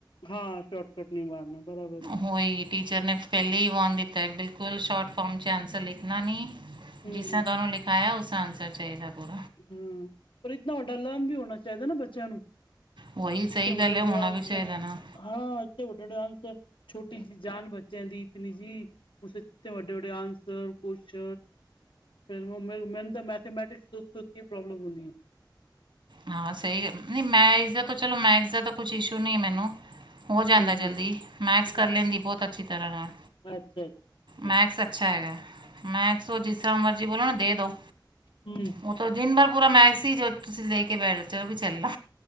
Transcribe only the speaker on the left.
ਹਾਂ ਸ਼ੋਰਟਕਟ ਨਹੀਂ ਮਾਰਨਾ ਬਰਾਬਰ
ਹੂੰ
ਹਾਂ ਪਰ ਇਤਨਾ ਔਡਰਲਨ ਵੀ ਹੋਣਾ ਚਾਹੀਦਾ ਨਾ ਬੱਚਿਆਂ ਨੂੰ।
ਇੇਨੇ
ਵੱਡੇ
ਵੱਡੇ
ਅੰਸ਼
ਹਾਂ ਇੱਥੇ ਵੱਡੇ ਵੱਡੇ ਅੰਸ ਹੈ। ਛੋਟੀ ਜਿਹੀ ਜਾਨ ਬੱਚਿਆਂ ਦੀ ਇਤਨੀ ਜੀ ਉਸ ਵੱਡੇ ਵੱਡੇ ਆਂਸਰ ਕੁਸ਼। ਫਿਰ ਮੈਨੂੰ ਤਾਂ ਮੈਥਾਮੈਟਿਕਸ ਸੋਚ ਸੋਚ ਕੇ ਹੀ ਪ੍ਰੋਬਲਮ ਹੁੰਦੀ ਹੈ।
ਹੂੰ
ਹੂੰ
ਅੱਛਾ ਅੱਛਾ
ਹੂੰ